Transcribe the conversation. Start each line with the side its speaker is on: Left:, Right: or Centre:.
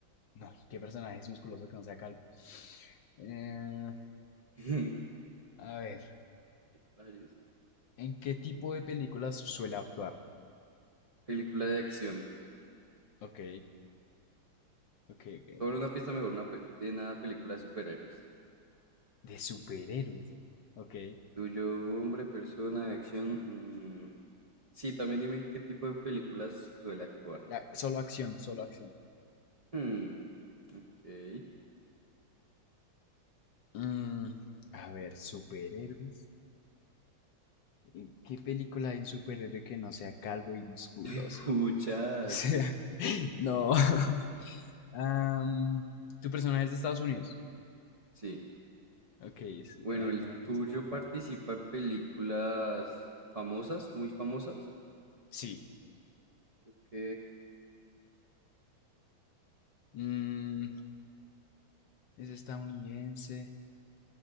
Left: No, ¿y ¿qué personaje es musculoso que no sea calvo? Eh,
Right: <laughs>
Left: a ver.
Right: Varios.
Left: ¿En qué tipo de películas suele actuar?
Right: Película de acción.
Left: Ok. Ok, ok, ok.
Right: Sobre una pista mejor, una, pe- de una película de superhéroes.
Left: De superhéroes. Ok.
Right: Tuyo, hombre, persona, de acción. mm, sí, también dime en qué tipo de películas suele actuar.
Left: La- solo acción, solo acción.
Right: Hmm, ok.
Left: Mm, a ver, superhéroes. ¿Y ¿Qué película hay un superhéroe que no sea calvo y musculoso?
Right: <laughs> Muchas.
Left: <laughs> O sea, <laughs> no. <laughs> Am, ¿tu personaje es de Estados Unidos?
Right: Sí.
Left: Ok, es-
Right: Bueno,
Left: ahí
Right: ¿el
Left: tenía
Right: tuyo
Left: que descartar.
Right: participa en películas famosas, muy famosas?
Left: Sí.
Right: Ok.
Left: Mm, es estadounidense.